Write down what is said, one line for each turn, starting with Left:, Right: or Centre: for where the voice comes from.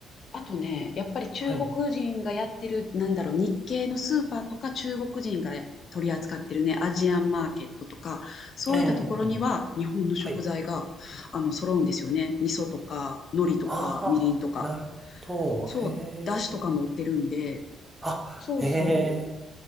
Left: あとね、やっぱり中国人がやってる、
Right: はい。
Left: なんだろう、日系のスーパーとか中国人が取り扱ってるね、アジアンマーケットとか、そういったところには日本の食材が、
Right: ええはい。
Left: あの、揃うんですよね。味噌とか、海苔とか、
Right: ああ、
Left: みりんとか。
Right: なるほど。
Left: そう、
Right: へえ。
Left: だしとかも売ってるんで、
Right: あ、
Left: そうそ
Right: へえ。